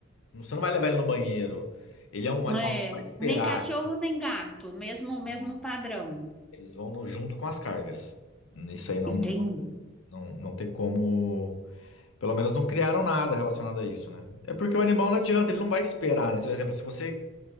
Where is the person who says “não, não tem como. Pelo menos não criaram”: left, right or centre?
Left